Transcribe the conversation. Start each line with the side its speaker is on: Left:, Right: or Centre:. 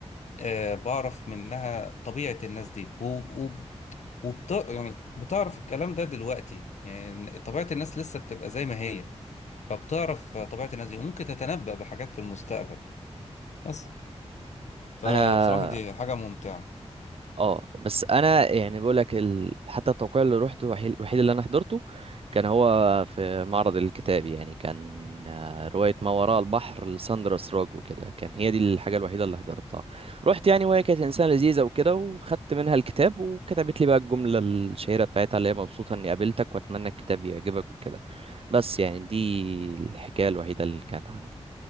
Left: آه، بعرف منها طبيعة الناس دي و... و... وبت... يعني بتعرف الكلام ده دلوقتي يعني طبيعة الناس لسه بتبقى زي ما هي فبتعرف طبيعة الناس دي وممكن تتنبأ بحاجات في المستقبل بس فبصراحة
Right: أنا
Left: دي حاجة ممتعة
Right: اه بس انا يعني بقول لك ال... حتى التوقيع اللي روحته الوحيد الوحيد اللي انا حضرته كان هو في معرض الكتاب يعني كان آه، رواية ما وراء البحر لساندرا سراج وكده كان هي دي الحاجة الوحيدة اللي حضرتها رحت يعني وهي كانت انسانة لذيذة وكده وخدت منها الكتاب وكتبت لي بقى الجملة الشهيرة بتاعتها اللي هي مبسوطة اني قابلتك واتمنى الكتاب يعجبك وكده بس يعني دي الحكاية الوحيدة اللي كانت عندي